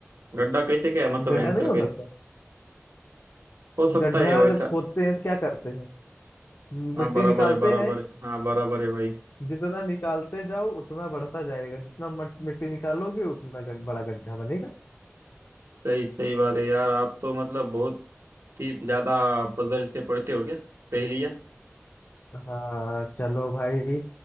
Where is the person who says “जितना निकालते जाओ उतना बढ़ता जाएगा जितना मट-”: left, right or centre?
Left